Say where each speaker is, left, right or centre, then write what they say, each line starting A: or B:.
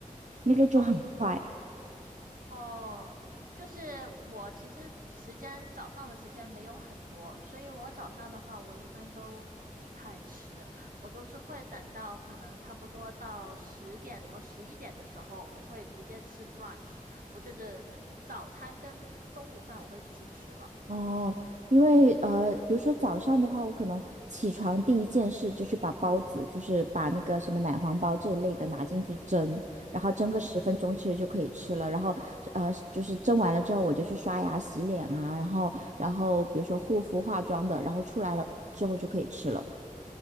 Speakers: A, on the right; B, on the right.
A: 那个就很快。
B: 哦，你。哦，就是我其实时间早上的时间没有很多，所以我早上的话，我一般都不太吃，我都是会等到可能差不多到十点多、十一点的时候，我会直接吃 brunch，我就是早餐跟中午饭我会一起吃了。
A: 哦，因为呃，比如说早上的话，我可能起床第一件事就去把包子，就是把那个什么奶黄包这一类的拿进去蒸，然后蒸个十分钟，
B: 嗯。
A: 其实就可以吃了。然后呃，就是蒸完了之后，我就去刷牙、洗脸啊，然后然后比如说护肤、化妆的，然后出来了之后就可以吃了，